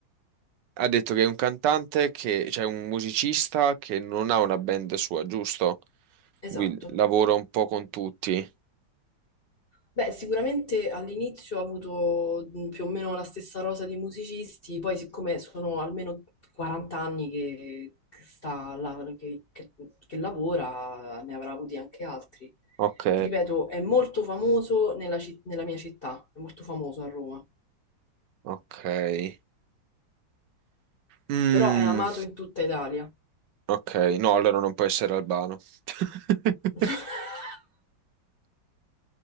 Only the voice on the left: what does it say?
Esatto.
Beh, sicuramente all'inizio ho avuto mh, più o meno la stessa rosa di musicisti, poi siccome sono almeno 40 anni che, che sta là- che, che- che lavora, ne avrà avuti anche altri.
Ti ripeto, è molto famoso nella, ci- nella mia città, è molto famoso a Roma,
però è amato in tutta Italia.
<laughs>